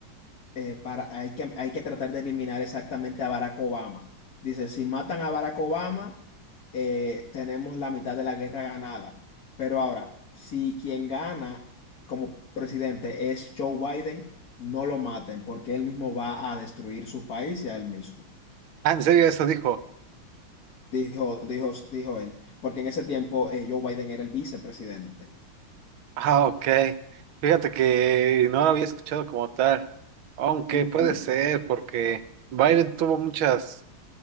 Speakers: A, on the left; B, on the right.
A: eh, para, hay que, hay que tratar de eliminar exactamente a Barack Obama. Dice, si matan a Barack Obama, eh, tenemos la mitad de la guerra ganada. Pero ahora, si quien gana como presidente es Joe Biden, no lo maten porque él mismo va a destruir su país y a él mismo.
B: Ah, en serio, eso dijo.
A: Dijo, dijo, dijo él, porque en ese tiempo eh, Joe Biden era el vicepresidente.
B: Ah, ok. Fíjate que no lo había escuchado como tal, aunque
A: Ujú,
B: puede ser, porque Biden tuvo muchas